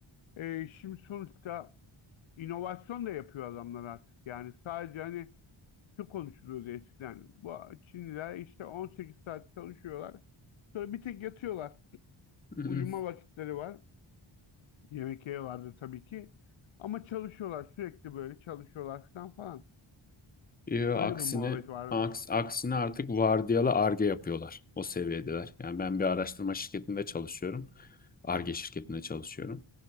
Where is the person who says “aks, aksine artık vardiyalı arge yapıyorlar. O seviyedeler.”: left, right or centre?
Left